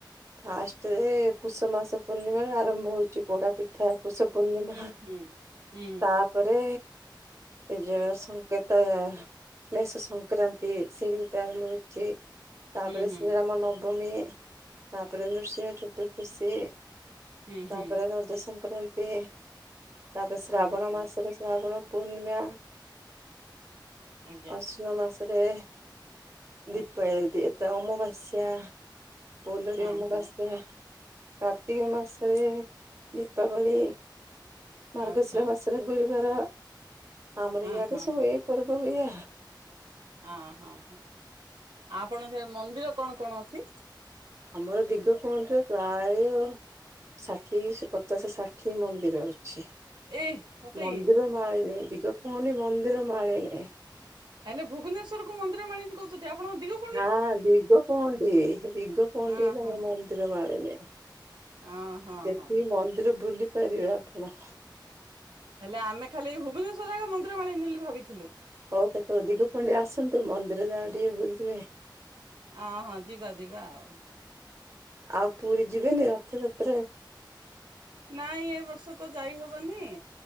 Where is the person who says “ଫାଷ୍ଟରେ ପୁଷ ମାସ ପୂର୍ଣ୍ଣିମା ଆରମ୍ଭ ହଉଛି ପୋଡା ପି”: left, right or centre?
Right